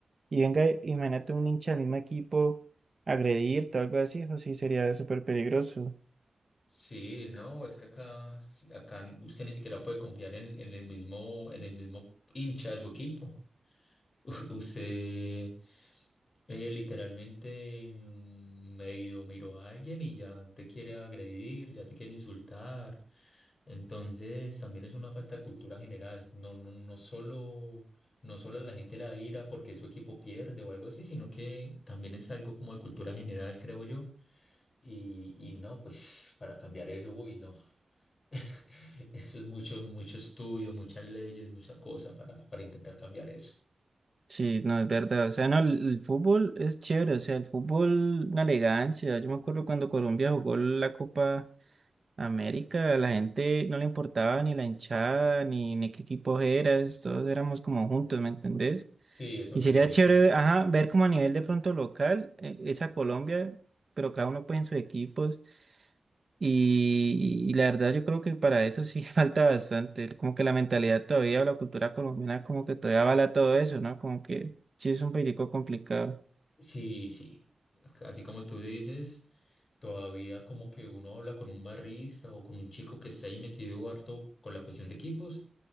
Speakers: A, on the right; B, on the left.
A: y venga, imagínate un hincha del mismo equipo agredirte o algo así, eso sí sería súper peligroso.
B: Sí, no, es que acá, sí, acá usted ni siquiera puede confiar en, en el mismo, en el mismo hincha de su equipo. <laughs> Usted eh, literalmente mm, medio miró a alguien y ya te quiere agredir, ya te quiere insultar. Entonces, también es una falta de cultura general. No, no, no solo, no solo a la gente la ira porque su equipo pierde o algo así, sino que también es algo como de cultura general, creo yo. Y, y no, pues para cambiar eso, uy, no. <laughs> Eso es mucho, mucho estudio, muchas leyes, mucha cosa para, para intentar cambiar eso.
A: Sí, no, es verdad. O sea, no, el, el fútbol es chévere. O sea, el fútbol, una elegancia. Yo me acuerdo cuando Colombia jugó la Copa América, a la gente no le importaba ni la hinchada, ni, ni qué equipo eras. Todos éramos como juntos, ¿me entendés?
B: Sí, eso
A: Y
B: es muy
A: sería
B: bonito.
A: chévere, ajá, ver como a nivel de pronto local, eh, esa Colombia, pero cada uno pues en sus equipos. Y, y la verdad yo creo que para eso sí <laughs> falta bastante, como que la mentalidad todavía o la cultura colombiana como que todavía avala todo eso, ¿no? Como que sí es un poquitico complicado,
B: Sí, sí. Así como tú dices. Todavía como que uno habla con un barrista o con un chico que está ahí metido harto con la cuestión de equipos